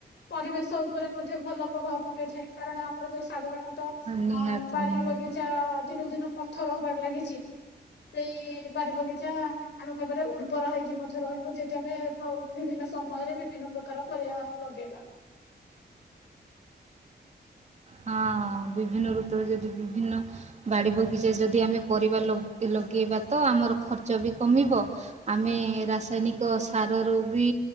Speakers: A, on the left (about 85°); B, on the right (about 40°).
A: ପରିବେଶ ଉପରେ ମଧ୍ୟ ଭଲ ପ୍ରଭାବ ପକେଇଥାଏ କାରଣ ଆମର ଯୋଉ ସାଧନା <unintelligible>
B: ନିହାତି
A: ହଁ ବାରି
B: ନିହାତି
A: ବଗିଚା ଦିନକୁ ଦିନ ପଥର ହବାରେ ଲାଗିଛି ସେଇ ବାରି ବଗିଚା ଆମେ କହିବାର ଉର୍ବର ହେଇକି ମଧ୍ୟ ରହିବୁ ଯେହେତୁ ଆମେ ବିଭିନ୍ନ ସମୟରେ ବିଭିନ୍ନ ପ୍ରକାର ପରିବା ଲଗେଇବା।
B: ହଁ ବିଭିନ୍ନ ଋତୁରେ ଯଦି ବିଭିନ୍ନ ବାଡ଼ି ବଗିଚା ଯଦି ଆମେ ପରିବା ଲଗେଇବା ତ ଆମର ଖର୍ଚ୍ଚ ବି କମିବ ଆମେ ରାସାୟନିକ ସାରରୁ ବି